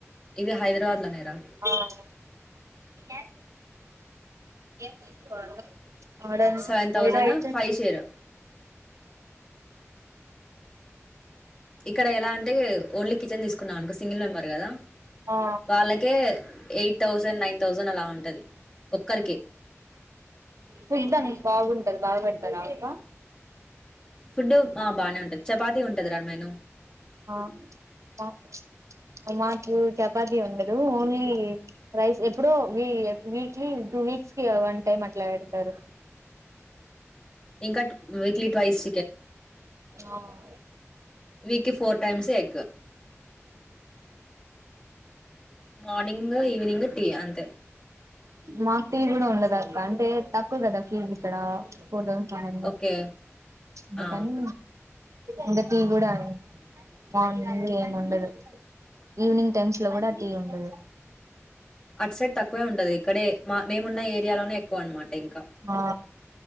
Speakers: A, on the left; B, on the right.
A: ఇది హైదరాబాద్ లోనేరా
B: ఆహ్ ఏం. ఏం కావాలా. ఆడన్
A: సెవెన్ థౌజండ్
B: ఏడ అయితే.
A: ఫైవ్ షేర్ ఇక్కడ ఎలా అంటే ఓన్లీ కిచెన్ తీసుకున్నావనుకో సింగిల్ నెంబర్ కదా.
B: ఆ
A: వాళ్లకే ఎయిట్ థౌసండ్ నైన్ థౌసండ్ అలా ఉంటది. ఒక్కరికి
B: వినడం బాగుంది. బాదపెడ్తార అక్క.
A: ఫుడ్ ఆహ్ బానే ఉంటది చపాతీ ఉంటదిరా మేను.
B: ఆహ్ ఆహ్ మాకు చపా. చపాతి ఉండదు ఓన్లీ రైస్ ఎప్పుడో వీ ఆహ్ వీక్లీ టూ వీక్స్ కి వన్ టైమ్ అల ఇట్లే పెడుతారు.
A: ఇంకా వీక్లీ ట్వైస్.
B: ఆహ్.
A: వీక్ కి four times egg. Morning evening tea అంతే.
B: మాక్ టీ కూడా ఉండదాక్క అంటే తక్కువ కదా ఫీజ్ ఇక్కడ. Two thousand five hundred
A: okay
B: అందుకని
A: ఆ
B: ఇంకా టీ కూడా. మార్నింగ్ ఏముండదూ ఈవినింగ్ టైమ్స్ లో కూడా టీ ఉండదు.
A: అట్ సైడ్ తక్కువే ఉండది. ఇక్కడే మా మేమున్న ఏరియాలోనే ఎక్కువ అనమాట ఇంకా.
B: ఆ